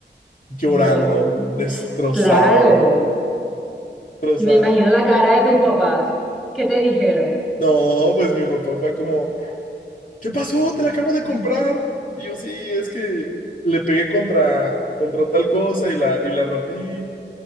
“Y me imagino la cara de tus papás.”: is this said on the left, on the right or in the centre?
Centre